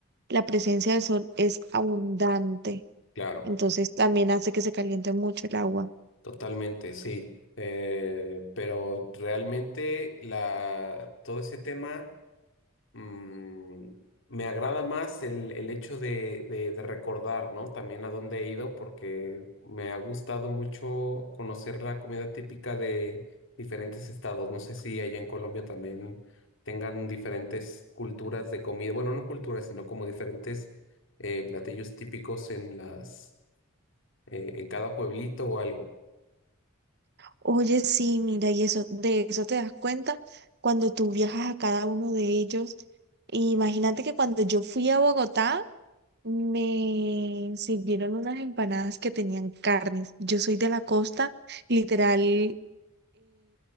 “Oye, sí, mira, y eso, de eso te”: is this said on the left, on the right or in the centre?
Right